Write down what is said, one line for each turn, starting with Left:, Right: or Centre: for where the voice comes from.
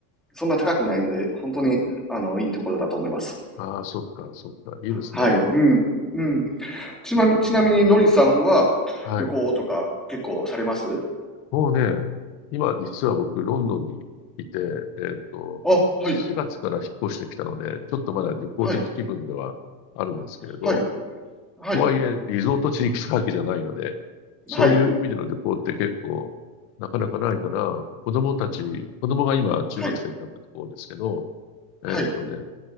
Centre: そんな高くないので、本当に、あの、いいところだと思います。
Left: ああ、そっか、そっか。いいですね。
Centre: はい。うん。うん。ちなみ、ちなみに、のりさんは旅行とか結構されます
Left: はい。もうね、今、実は僕、ロンドンにいて、えっと、
Centre: あ、はい。
Left: 4月から引っ越してきたので、ちょっとまだ旅行的気分ではあるんですけれど、
Centre: はい、はい、はい、
Left: とはいえ、リゾート地に来たわけじゃないので、そういう意味での旅行って結構、
Centre: はい、
Left: なかなかないから、子供たち、子供が今中学生になったところですけど、
Centre: はい、
Left: えーっとね、
Centre: はい、